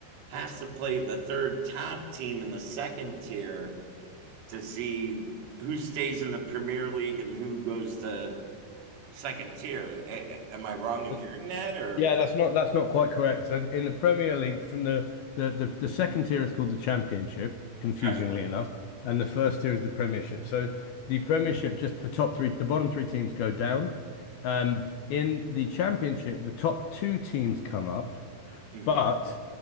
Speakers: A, on the right; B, on the left.
A: has to play the third top team in the second tier to see who stays in the Premier League and who goes to second tier. A- am I wrong in
B: But
A: hearing that or
B: yeah, that's not that's not quite correct. So in the Premier League, from the the the, the second tier is called the Championship, confusingly
A: right?
B: enough, and the first tier is the Premiership. So the Premiership, just the top three, the bottom three teams go down. Um, in the Championship, the top two teams come up
A: hmm
B: But